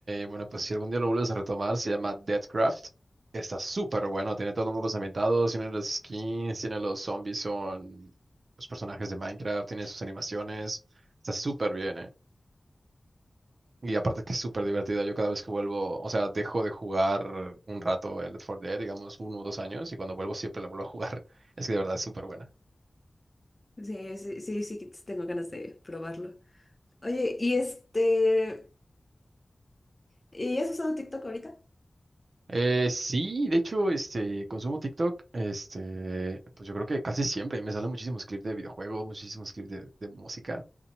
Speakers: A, on the right (about 75°); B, on the left (about 25°).
A: Bueno, pues si algún día lo vuelves a retomar, se llama Deathcraft. Está súper bueno, tiene todos los mapas ambientados, tiene los skins, tiene los zombies, son los personajes de Minecraft, tiene sus animaciones. Está súper bien, eh. Y aparte que es súper divertida. Yo cada vez que vuelvo, o sea, dejo de jugar un rato el Left 4 Dead, digamos uno o dos años, y cuando vuelvo siempre lo vuelvo a jugar. <laughs> Es que de verdad es súper buena.
B: Sí, sí, sí, sí, que tengo ganas de probarlo. Oye, y este, ¿y has usado TikTok ahorita?
A: Eh, sí, de hecho, este, consumo TikTok, este, pues yo creo que casi siempre me salen muchísimos clips de videojuegos, muchísimos clips de, de música,